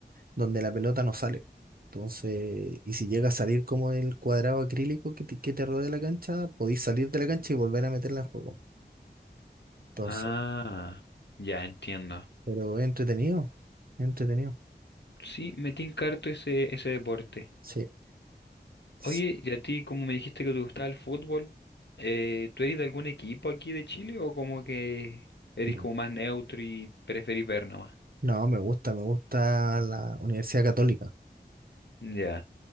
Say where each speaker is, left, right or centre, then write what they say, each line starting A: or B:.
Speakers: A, on the right; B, on the left.
A: donde la pelota no sale. Entonces, y si llega a salir como del cuadrado acrílico que te, que te rodea la cancha, podéis salir de la cancha y volver a meterla en juego. Entonces,
B: Ah, ya entiendo.
A: pero es entretenido, es entretenido.
B: Sí, me tinca harto ese, ese deporte.
A: Sí. sí.
B: Oye, y a ti, como me dijiste que te gustaba el fútbol, eh, ¿tú eres de algún equipo aquí de Chile o como que eres
A: bueno.
B: como más neutro y preferís ver nomás?
A: No, me gusta, me gusta la Universidad Católica.
B: Ya,